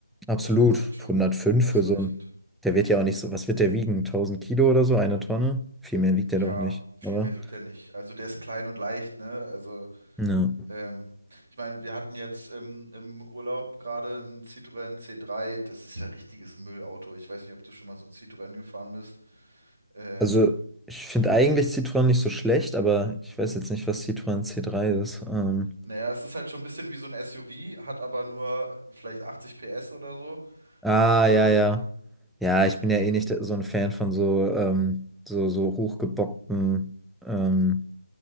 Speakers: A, in the centre; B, on the right.
A: Absolut.
B: äh, ist das schon
A: 105
B: ausreichend.
A: für so ein. Der wird ja auch nicht so. Was wird der wiegen? 1000 Kilo oder so? Eine Tonne? Viel mehr wiegt der
B: Ja,
A: doch nicht,
B: viel
A: oder?
B: mehr wiegt er nicht. Also der ist klein und leicht, ne? Also,
A: Ja.
B: ähm, ich meine, wir hatten jetzt im, im Urlaub gerade einen Citroën C3. Das ist ja richtiges Müllauto. Ich weiß nicht, ob du schon mal so ein Citroën gefahren bist. Äh,
A: Also, ich finde eigentlich Citroën nicht so schlecht, aber ich weiß jetzt nicht, was Citroën C3 ist. Ähm,
B: naja, es ist halt schon ein bisschen wie so ein SUV, hat aber nur vielleicht 80 PS oder so.
A: Ah,
B: Also
A: ja, ja. Ja, ich bin ja eh nicht so ein Fan von so, ähm, so, so hochgebockten, ähm,